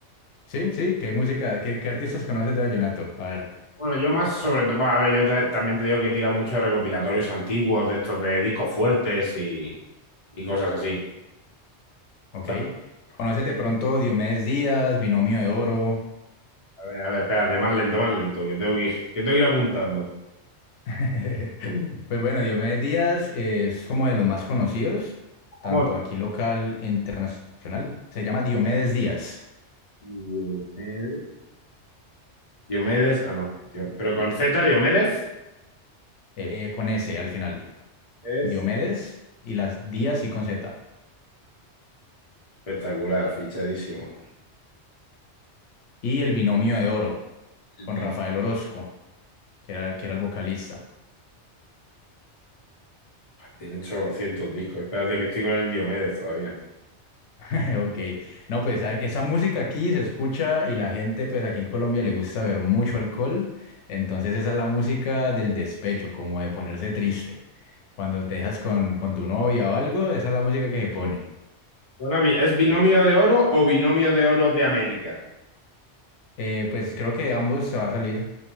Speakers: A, on the left; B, on the left.
A: sí, sí, ¿qué música, qué, qué artistas conoces de vallenato? A ver,
B: Bueno, yo más sobre todo, bueno, a ver, yo te- también te digo que tira mucho de recopilatorios antiguos, de estos de discos fuertes y, y cosas así. O
A: ok.
B: sea,
A: ¿Conoces de pronto Diomedes Díaz, Binomio de Oro?
B: a ver, a ver, espérate, más lento, más lento, que tengo que ir, <laughs> que tengo que ir apuntando.
A: <laughs> Pues bueno, Diomedes Díaz eh, es como de los más conocidos,
B: ¿Cómo?
A: tanto aquí local e internacional. Se llama Diomedes Díaz,
B: Diomedes, Diomedes- ah, no, Dio- pero con Z, Diomedes
A: eh, con S al final.
B: es
A: Diomedes y las Díaz y con Z.
B: espectacular, fichadísimo.
A: Y el binomio de oro,
B: El
A: con
B: bi-
A: Rafael Orozco, que era, que era el vocalista.
B: Tiene 800 discos, espérate que estoy con el Diomedes todavía.
A: <laughs> Ok, no, pues a- esa música aquí se escucha y la gente, pues aquí en Colombia le gusta ver mucho alcohol, entonces esa es la música del despecho, como de ponerse triste. Cuando te dejas con, con tu novia o algo, esa es la música que se pone.
B: Bueno, bi- ¿Es binomio de oro o binomio de oro de América?
A: Eh, pues creo que ambos se va a salir